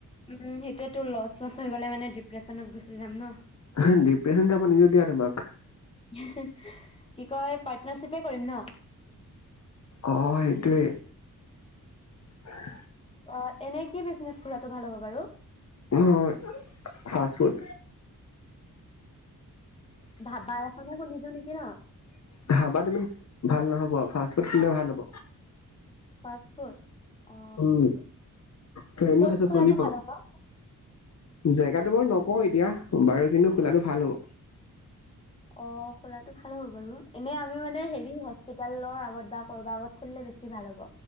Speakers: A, on the left (about 15°); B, on the left (about 50°).
A: উম', সেইটোয়ে তো লচ-লচ হৈ গ'লে, মানে ডিপ্ৰেছনত গুচি যাম ন।
B: অহ, ডিপ্ৰেছন যাব নিদিওঁ দিয়া তোমাক।
A: হে হি কি কয় পাৰ্টনাৰশ্বিপে কৰিম ন
B: আহ সেইটোৱে <inaudible>
A: অ এনে কি বিজনেছ খোলাটো ভাল হ'ব বাৰু
B: উ হয় ফাচ ফুদ
A: ধাবা এখনে খুলি দিওঁ নেকি ন
B: ধাবাত ইমান ভাল নহ'ব ফাষ্টফুড খুলিলে ভাল হ'ব
A: ফাচ ফুদ অ
B: উম ট্ৰেণ্ডত
A: ক'ত
B: আছে
A: খুলাটো
B: চলিব
A: ভাল হ'ব
B: জেগাটো বাৰু নকওঁ এতিয়া বাৰু কিন্তু খোলাটো ভাল হ'ব
A: অ খোলাটো ভাল হ'ব বাৰু এনে আমি মানে হেৰি হস্পিতালৰ আগত বা কৰ'বাৰ আগত খুলিলে বেছি ভাল হ'ব।